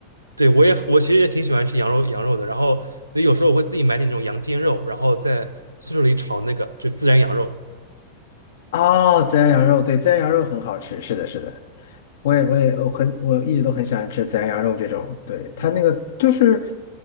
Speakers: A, on the right (about 85°); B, on the left (about 55°).
A: 对我也我其实也挺喜欢吃羊肉羊肉的，然后所以有时候我会自己买点那种羊肩肉，然后在宿舍里炒那个就孜然羊肉。
B: 哦，孜然羊肉，对，孜然羊肉很好吃，
A: 嗯，
B: 是的，是的，我也我也我很我一直都很喜欢吃孜然羊肉这种，
A: 对，
B: 对，
A: 嗯，
B: 它那个就是